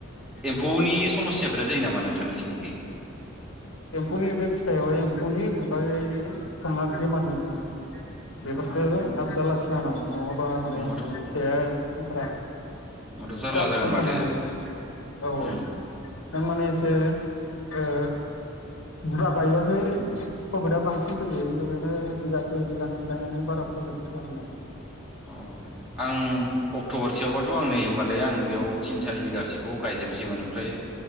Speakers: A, in the centre; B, on the left.
A: एम्फौनि समस्या बिराद जायो नामा नों था नोंसिनिखै।
B: एम्फौनि बे फिथाइआवहाय एम्फौनि ओमफ्राय संना बेमार नागौ नो बेफोरखौ
A: अ
B: आबदार लाखिनो हानांगौ नङाबा माने
A: होमबाथ'
B: फिथाया ओंखारा
A: होमबाथ' जारला
B: बिराद
A: जागोन
B: खस्थ'
A: माथो
B: मोनो बेयो औ औ।
A: उम
B: नों माने एसे ओ बुरजा गायबासो प्रफिटआ बांसिन फैयो ओरैनो बिगा सय बिगानै गायनानै बारा प्रफिट फैया मालाय।
A: अ आं अक्ट'बरसेयावबाथ' आं नै होनोमबाल लाय आं बेयाव थिन सारि बिगासोखौ गायजोबनोसैमोन ओमफ्राय